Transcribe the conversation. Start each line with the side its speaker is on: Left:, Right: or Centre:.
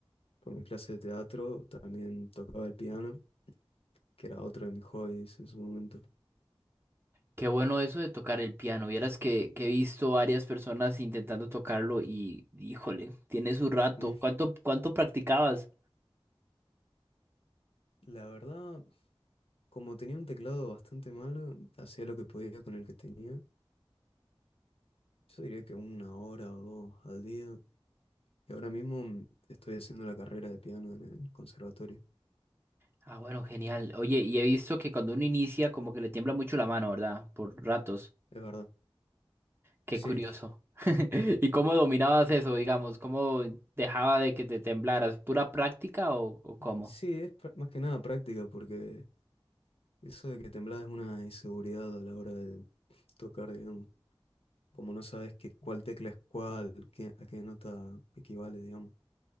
Left: por mi clase de teatro, también tocaba el piano. que era otro de mis hobbies en su momento.
Right: Qué bueno eso de tocar el piano. Vieras que, que he visto varias personas intentando tocarlo y híjole, tiene su rato.
Left: Mm,
Right: ¿Cuánto, cuánto practicabas?
Left: La verdad, como tenía un teclado bastante malo, hacía lo que podía con el que tenía. Yo diría que una hora o dos al día. Y ahora mismo mm, estoy haciendo la carrera de piano en el conservatorio.
Right: Ah, bueno, genial. Oye, y he visto que cuando uno inicia como que le tiembla mucho la mano, ¿verdad? Por ratos.
Left: Es verdad.
Right: Qué
Left: Sí,
Right: curioso. <laughs> ¿Y cómo dominabas eso, digamos? ¿Cómo dejaba de que te temblaras? ¿Pura práctica o, o cómo?
Left: sí, es pra- más que nada práctica porque eso de que temblás es una inseguridad a la hora de tocar, digamos. Como no sabes qué, cuál tecla es cuál, qué- a qué nota equivale, digamos.